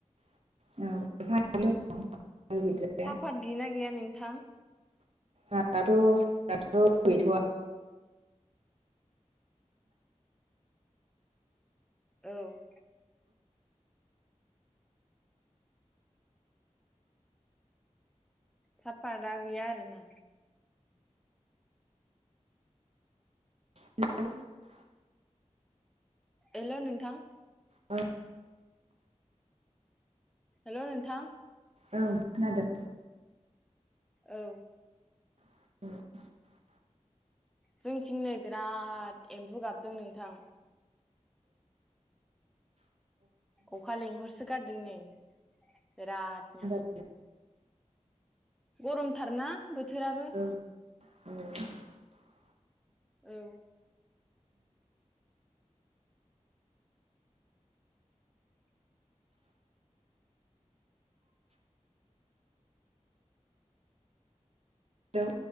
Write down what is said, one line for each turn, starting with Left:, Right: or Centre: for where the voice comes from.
Right: <inaudible> गैद्राया
Centre: साफात गैयना गैया नोंथां?
Right: जोंनाथ' साफाथ' गैथ'आ
Centre: औ। साफाथ'आ गैया आरोना?
Right: <inaudible>
Centre: हेल' नोंथां
Right: औ।
Centre: हेल' नोंथां
Right: औ खोनादों।
Centre: औ।
Right: <inaudible>
Centre: जोंथिं नै बिराद एम्बु गाबदों नोंथां। अखा लेंहरसो गारदों नै। बिरादनो।
Right: थादों।
Centre: गरमथारना बोथोराबो।
Right: औ <inaudible>
Centre: औ।
Right: हेलौ।